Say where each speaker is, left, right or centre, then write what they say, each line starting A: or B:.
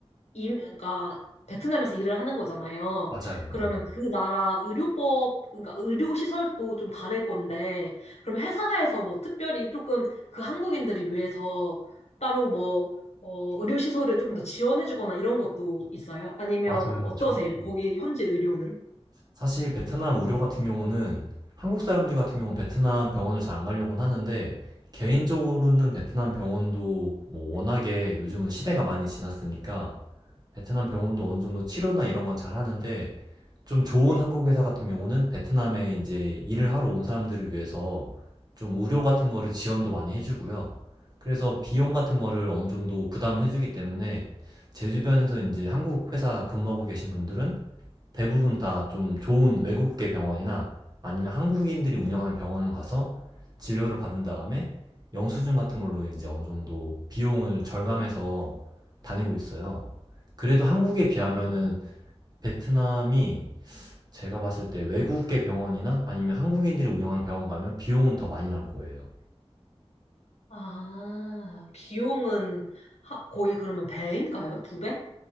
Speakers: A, on the left; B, on the right.
A: 임, 그러니까 베트남에서 일을 하는 거잖아요.
B: 맞아요.
A: 그러면
B: 네.
A: 그 나라 의료법, 그러니까 의료 시설도 좀 다를 건데, 그럼 회사에서 뭐 특별히 조금 그 한국인들을 위해서 따로 뭐 어, 의료 시설을 좀 더 지원해 주거나 이런 것도 있어요? 아니면
B: 맞아요.
A: 어떠세요?
B: 정확히.
A: 거기 현지 의료는?
B: 사실 베트남 의료 같은 경우는 한국 사람들 같은 경우는 베트남 병원을 잘 안 가려고는 하는데 개인적으로는 베트남 병원도 뭐 워낙에 요즘은 시대가 많이 지났으니까 베트남 병원도 어느 정도 치료나 이런 건 잘 하는데 좀 좋은 한국 회사 같은 경우는 베트남에 이제 일을 하러 온 사람들을 위해서 좀 의료 같은 거를 지원도 많이 해주고요. 그래서 비용 같은 거를 어느 정도 부담을 해주기 때문에 제 주변에서 이제 한국 회사 근무하고 계신 분들은 대부분 다 좀 좋은 외국계 병원이나 아니면 한국인들이 운영하는 병원을 가서 진료를 받은 다음에 영수증 같은 걸로 이제 어느 정도 비용을 절감해서 다니고 있어요. 그래도 한국에 비하면은
A: 아.
B: 베트남이 제가 봤을 때 외국계 병원이나 아니면 한국인들이 운영하는 병원 가면 비용은 더 많이 나올 거예요.
A: 아, 비용은 하- 거의 그러면 배인가요? 두 배?